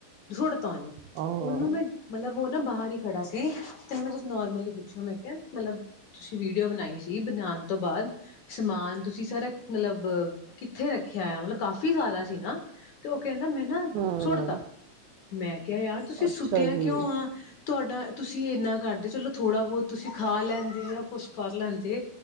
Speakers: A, on the left; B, on the right.
A: <inaudible> ਨੇ
B: ਹਾਂ
A: ਉਹਨੂੰ ਮੈਂ ਮਤਲਬ ਉਹ ਨਾ ਬਾਹਰ ਹੀ ਖੜਾ ਸੀ ਤੇਨ ਮੈਂ ਜ ਨੋਰਮਲੀ ਪੁੱਛਿਆ ਮੈਂ ਕਿਹਾ ਮਤਲਬ ਤੁਸੀਂ ਵੀਡੀਓ ਬਣਾਈ ਸੀ ਬਣਾਉਣ ਤੋਂ ਬਾਅਦ ਸਮਾਨ ਤੁਸੀਂ ਸਾਰਾ ਮਤਲਬ ਕਿੱਥੇ ਰੱਖਿਆ ਆ ਮਤਲਬ ਕਾਫੀ ਸਾਰਾ ਸੀ ਨਾ ਤੇ ਉਹ ਕਹਿੰਦਾ ਮੈਂ ਨਾ
B: ਹਾਂ
A: ਸੁੱਟ ਤ ਮੈਂ ਕਿਹਾ ਯਾਰ ਤੁਸੀਂ ਸੁੱਟਿਆ
B: ਅੱਛਾ ਜੀ
A: ਕਿਉਂ ਆ ਤੁਹਾਡਾ ਤੁਸੀਂ ਇਨਾ ਕਰਦੇ ਚਲੋ ਥੋੜਾ ਬਹੁਤ ਤੁਸੀਂ ਖਾ ਲੈਂਦੇ ਜਾਂ ਕੁਛ ਕਰ ਲੈਂਦੇ